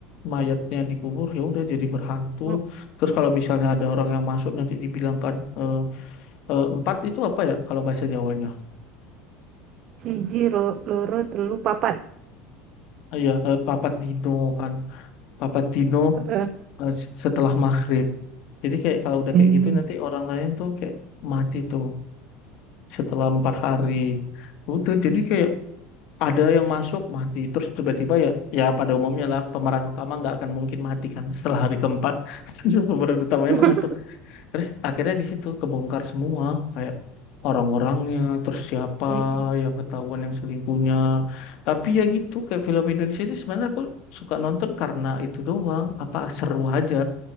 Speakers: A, on the left; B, on the right.
A: mayatnya dikubur ya udah jadi berhantu.
B: Oh,
A: Terus kalau misalnya ada orang yang masuk nanti dibilangkan eh, eh, empat itu apa ya kalau bahasa Jawanya?
B: Siji, lo, loro, telu, papat.
A: Ah, Iya, eh, papat dino kan. Papat dino
B: Eh,
A: eh, s- setelah maghrib. Jadi kayak kalau udah
B: eh.
A: kayak gitu nanti orang lain tuh kayak mati tuh setelah empat hari. Udah jadi kayak ada yang masuk mati terus tiba-tiba ya ya pada umumnya lah pemeran utama nggak akan mungkin mati kan setelah hari keempat <laughs> pemeran utamanya
B: <laughs>
A: masuk terus akhirnya di situ kebongkar semua kayak orang-orangnya terus siapa
B: Mm-mm.
A: yang ketahuan yang selingkuhnya tapi ya gitu kayak film Indonesia itu sebenarnya aku suka nonton karena itu doang apa seru aja